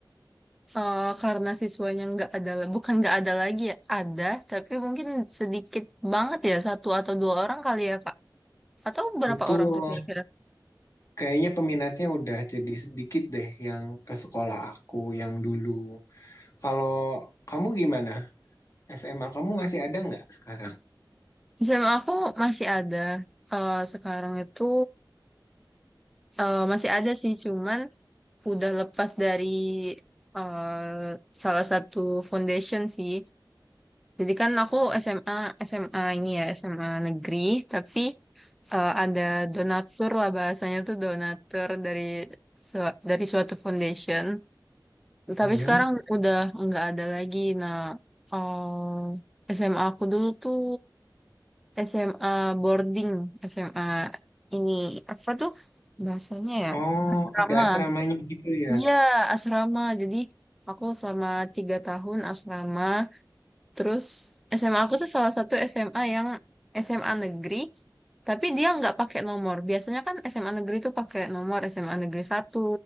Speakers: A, in the centre; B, on the left (about 45°).
A: eh, karena siswanya nggak ada, bukan nggak ada lagi ya, ada, tapi mungkin sedikit banget ya, satu atau dua orang kali ya, Kak. Atau berapa
B: Betul,
A: orang tuh kira-kira?
B: kayaknya peminatnya udah jadi sedikit deh yang ke sekolah aku yang dulu. Kalau kamu gimana? SMA kamu masih ada nggak sekarang?
A: Misalnya aku masih ada eh, sekarang itu eh, masih ada sih, cuman udah lepas dari eh, salah satu foundation sih. Jadi kan aku SMA SMA ini ya SMA negeri tapi eh, ada donatur lah bahasanya tuh donatur dari su- dari suatu foundation. Tapi
B: Hmm.
A: sekarang udah nggak ada lagi. Nah, eh, SMA aku dulu tuh SMA boarding, SMA ini apa tuh bahasanya ya?
B: Oh,
A: Asrama.
B: udah asramanya gitu ya?
A: Iya, asrama. Jadi aku selama tiga tahun asrama. Terus SMA aku tuh salah satu SMA yang SMA negeri, tapi dia nggak pakai nomor. Biasanya kan SMA negeri tuh pakai nomor SMA negeri satu